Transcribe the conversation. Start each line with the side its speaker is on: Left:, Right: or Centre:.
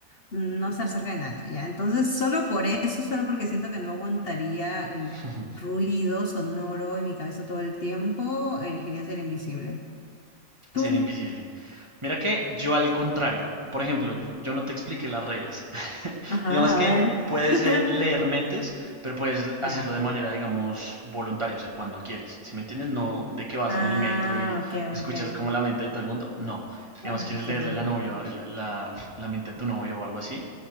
Left: no estar cerca de nadie, ¿ya? Entonces, solo por eso, solo porque siento que no aguantaría el
Right: <laughs>
Left: ruido sonoro en mi cabeza todo el tiempo, elegiría ser invisible. ¿Tú?
Right: Ser invisible. Mira que yo al contrario, por ejemplo, yo, yo no te expliqué las reglas. <laughs>
Left: Ajá,
Right: Digamos que
Left: a ver.
Right: puedes
Left: <laughs>
Right: eh, leer mentes, pero puedes l-
Left: Ya.
Right: hacerlo de manera, digamos, voluntaria, o sea, cuando quieres. Si me entiendes, no de que vas
Left: Ah,
Right: en el metro y
Left: ok,
Right: escuchas
Left: ok.
Right: como la mente de todo el mundo. No,
Left: Ay,
Right: digamos, quieres
Left: qué
Right: leerle
Left: horrible.
Right: la novia, el- la, la mente a tu novio o algo así,